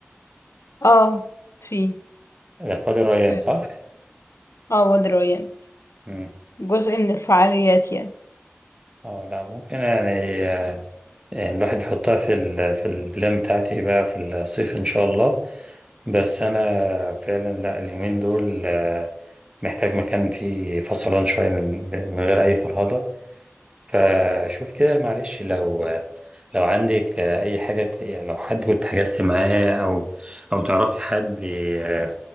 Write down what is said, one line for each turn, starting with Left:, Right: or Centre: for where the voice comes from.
Left: <laughs> اه في
Right: آه، في وادي الريان
Left: في-
Right: صح؟
Left: اه وادي الريان
Right: مم.
Left: جزء من الفعاليات يعني
Right: اه لا ممكن يعني آه، يعني الواحد يحطها في ال في البلان بتاعتي بقى في الصيف إن شاء الله بس أنا فعلا لا اليومين دول آه، محتاج مكان فيه فصلان شوية من من غير أي فرهضة فشوف كده معلش لو لو عندك آه، أي حاجة ت- يعني لو حد كنت حجزت معاه أو أو تعرفي حد آه،